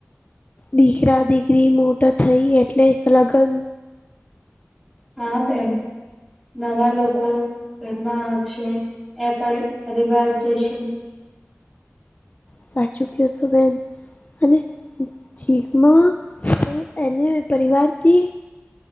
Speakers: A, on the left (about 30°); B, in the centre.
A: દીકરા દીકરી મોટા થઈ એટલે એક લગ્ન
B: હા બેન નવા લોકો ઘરમાં આવશે એ પણ પરિવાર જશે
A: સાાચુ કીઓ છો બેન અને જીકમાં એ એને પરિવારથી